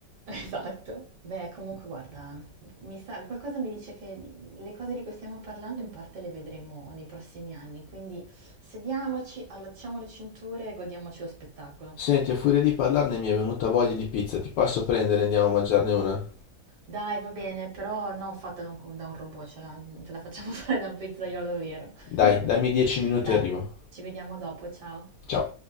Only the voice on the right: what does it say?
Esatto. Beh, comunque guarda, mi sa, qualcosa mi dice che le cose di cui stiamo parlando in parte le vedremo nei prossimi anni, quindi sediamoci, allacciamo le cinture e godiamoci lo spettacolo.
Dai, va bene, però non fatta da un, da un robot, ce la, ce la facciamo <laughs> fare da un pizzaiolo vero.
<laughs>
Dai,
ci vediamo dopo, ciao.